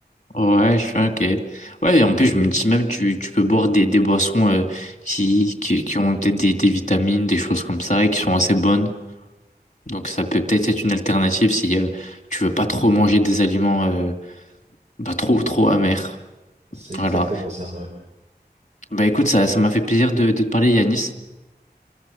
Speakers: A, on the left; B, on the right.
A: Ouais, je suis ok. Ouais, et en plus, je me dis même, tu, tu peux boire des, des boissons euh, qui, qui, qui ont peut-être des, des vitamines, des choses comme ça, et qui sont assez bonnes. Donc ça peut peut-être être une alternative si euh, tu veux pas trop manger des aliments euh, bah, trop trop amers.
B: C'est exactement
A: Voilà.
B: ça, ouais.
A: Bah écoute, ça ça m'a fait plaisir de, de te parler, Yanis.